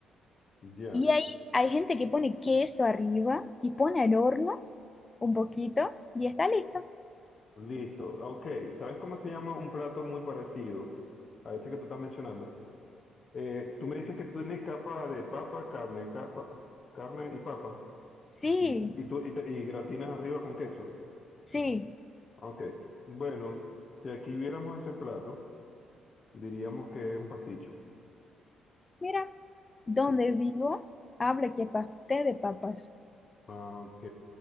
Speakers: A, on the left (about 40°); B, on the left (about 25°).
A: Ya.
B: Y ahí hay gente que pone queso arriba y pone al horno un poquito y está listo.
A: Listo. Ok. ¿Sabes cómo se llama un plato muy parecido a ese que tú estás mencionando? Eh, tú me dices que tú tienes capa de papa, carne, capa, carne y papa.
B: Sí,
A: Y tú y, te- y gratinas arriba con queso.
B: sí.
A: Ah, Ok. Bueno, si aquí viéramos ese plato, diríamos que es un pasticho.
B: Mira, donde
A: Sí.
B: vivo habla que pastel de papas.
A: Ah, ok.